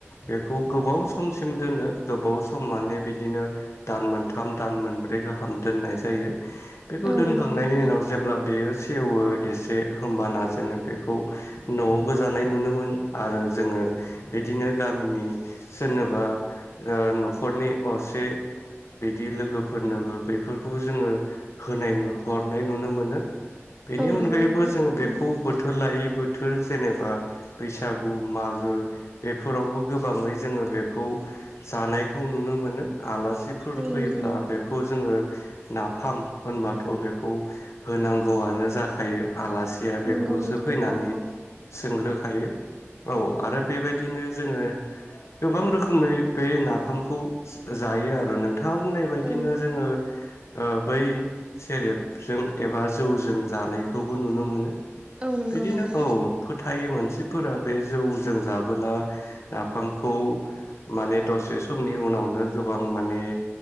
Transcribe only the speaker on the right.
औ
नंगौ नोंथां
औ नंगौ
नोंथां
थारैनो
सैथो
औ
नंगौ
नंगौ नोंथां
औ औ
औ
औ नंगौ
नोंथां